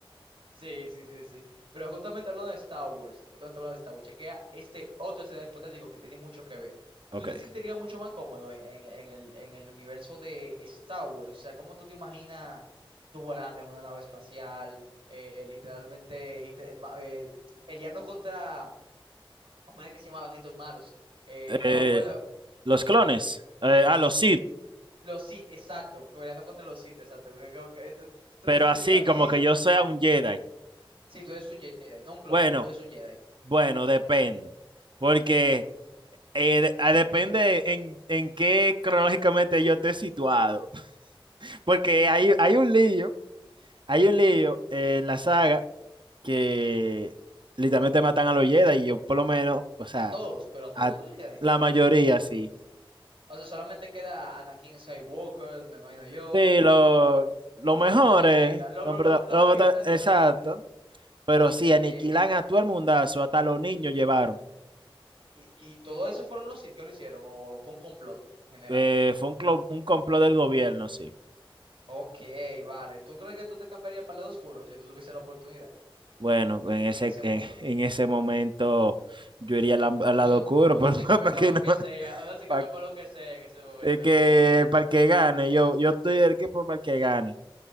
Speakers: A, on the right; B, on the right.
A: Sí, sí, sí, sí. Pero justamente hablando de Star Wars, justamente hablando de Star Wars, chequea este otro escenario hipotético que tiene mucho que ver.
B: Ok.
A: ¿Tú te sentirías mucho más cómodo en, en- en el, en el universo de Star Wars? O sea, ¿cómo tú te imaginas tú volando en una nave espacial, eh, literalmente inte- ma- eh, peleando contra, ¿cómo era que se llamaban estos malos? Eh,
B: Eh,
A: no me acuerdo.
B: los clones. eh, ah, los Sith.
A: Los Sith, exacto, peleando contra los Sith, exacto. Creo que- ¿Tú, tú
B: Pero
A: te sentirías
B: así
A: bien?
B: como que yo sea un Jedi.
A: Sí, tú eres un Jedi, no un clon,
B: Bueno,
A: tú eres un Jedi.
B: bueno, depende. Porque eh, de- ah, depende en, en qué cronológicamente yo esté situado. <laughs> Porque hay, hay un lío, hay un lío en la saga que literalmente matan a los Jedi y yo por lo menos, o sea,
A: A todos, pero a todos
B: a
A: los Jedi.
B: la mayoría sí.
A: O sea, solamente queda Anakin Skywalker, me imagino yo.
B: Sí, lo, lo mejor
A: Los protagonistas,
B: es,
A: los,
B: no, perdón,
A: los protagonistas,
B: lo-
A: literalmente.
B: exacto, pero
A: Ok.
B: sí, aniquilan
A: ¿Y,
B: a todo el mundazo, hasta los niños llevaron.
A: y todo eso fueron los Sith que lo hicieron? ¿O fue un complot en general?
B: Eh, fue un, clo- un complot del gobierno, sí.
A: Ok, vale. ¿Tú crees que tú te cambiarías para el lado oscuro si tú tuviese la oportunidad
B: Bueno, en ese,
A: en ese
B: <laughs> en,
A: mundo?
B: en ese momento yo iría al, am- al
A: Uno,
B: lado oscuro
A: uno
B: <laughs> para,
A: se cambia
B: para
A: para
B: que
A: lo
B: no,
A: que sea, uno se
B: para,
A: cambia para lo que sea en ese momento
B: eh, que,
A: realmente.
B: para el que gane. Yo, yo estoy del equipo para el que gane.